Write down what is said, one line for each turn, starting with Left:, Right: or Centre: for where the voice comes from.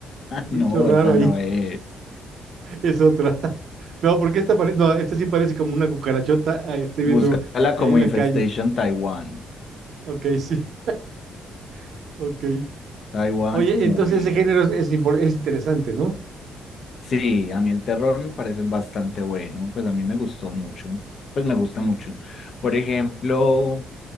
Right: un bicho
Left: No,
Right: raro
Left: esa
Right: ahí.
Left: no es.
Right: <laughs> Es otra. <laughs> No, porque esta parece, no, esta sí parece como una cucarachota. Ahí estoy viendo
Left: Búscala
Right: ahí
Left: como
Right: en
Left: Infestation
Right: la calle.
Left: Taiwan.
Right: Ok, sí, <laughs> ok.
Left: Taiwan
Right: Oye,
Left: Movie.
Right: entonces ese género es, es impor- es interesante, ¿no?
Left: Sí, a mí el terror me parece bastante bueno. Pues a mí me gustó mucho. Pues me gusta mucho. Por ejemplo,